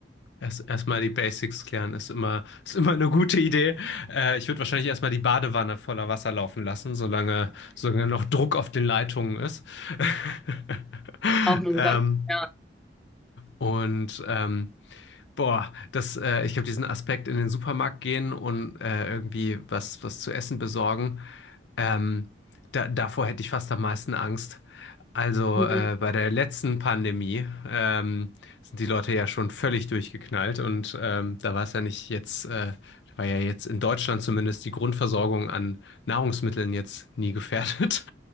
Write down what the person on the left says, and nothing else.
Erst, erstmal die Basics klären ist immer, ist immer eine gute Idee. Äh, ich würde wahrscheinlich erstmal die Badewanne voller Wasser laufen lassen, solange, solange noch Druck auf den Leitungen ist. <laughs>
Ähm,
und ähm, Boah, das, äh, ich glaube, diesen Aspekt in den Supermarkt gehen und äh, irgendwie was, was zu essen besorgen, ähm, da, davor hätte ich fast am meisten Angst. Also
äh, bei der letzten Pandemie ähm, sind die Leute ja schon völlig durchgeknallt und ähm, da war es ja nicht jetzt, äh, da war ja jetzt in Deutschland zumindest die Grundversorgung an Nahrungsmitteln jetzt nie gefährdet.